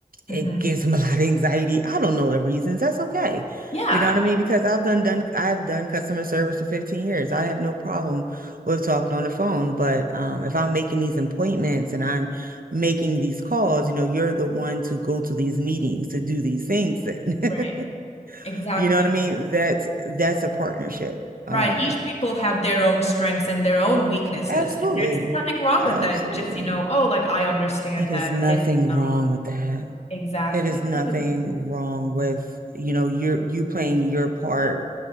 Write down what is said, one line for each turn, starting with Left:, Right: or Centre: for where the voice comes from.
Right: it
Left: Mm-hmm.
Right: gives them a lot of anxiety. I don't know the reasons. That's okay.
Left: Yeah,
Right: You know what I
Left: right.
Right: mean? Because I've done done I've done customer service for 15 years. I have no problem with talking on the phone. But um, if I'm making these appointments and I'm making these calls, you know, you're the one to go to these meetings to do these things then.
Left: Right.
Right: <laughs>
Left: Exactly.
Right: You know what I mean? That's that's a partnership. Um,
Left: Right. Each people have their own strengths and their own weaknesses.
Right: absolutely.
Left: And there's nothing wrong
Right: Absolutely.
Left: with that. It's just, you know, oh, like I understand
Right: It is
Left: that
Right: nothing
Left: this, you
Right: wrong
Left: know,
Right: with that.
Left: exactly.
Right: it is nothing
Left: Totally.
Right: wrong with you know you're you playing your part